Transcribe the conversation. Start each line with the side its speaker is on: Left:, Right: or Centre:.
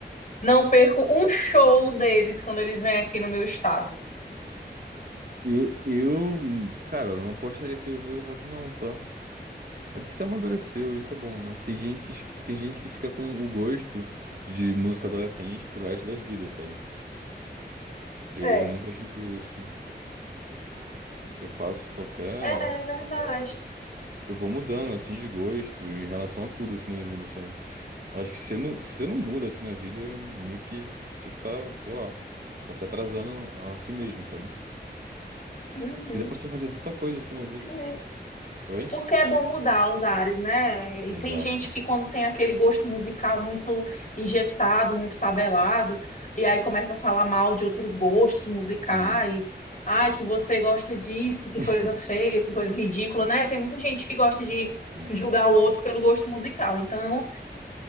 Left: Não perco um show deles quando eles vêm aqui no meu estado.
Right: Eu, eu, hum, cara, eu não apostaria que você ouviu o rock, não, tá? É porque você amadureceu, isso é bom, né? Tem gente que, esque- tem gente que fica com o gosto de música adolescente pro resto da vida, sabe? Eu
Left: É,
Right: nunca tive isso. Eu faço qualquer.
Left: é verdade.
Right: Eu vou mudando, assim, de gosto em relação a tudo, assim, na vida, sabe? Eu acho que se, não, se você não muda, assim, na vida, meio que você tá, sei lá, tá se atrasando a si mesmo, sabe?
Left: Uhum.
Right: Porque dá pra você fazer tanta coisa, assim, na vida.
Left: É,
Right: Oi?
Left: Porque é bom mudar os ares, né? E
Right: Exato.
Left: tem gente que quando tem aquele gosto musical muito engessado, muito tabelado, e aí começa a falar mal de outros gostos musicais.
Right: Sim.
Left: Ai, que você gosta disso, que
Right: <laughs>
Left: coisa feia, que coisa ridícula, né? Tem muita gente que gosta de
Right: Sim.
Left: julgar o outro pelo gosto musical. Então,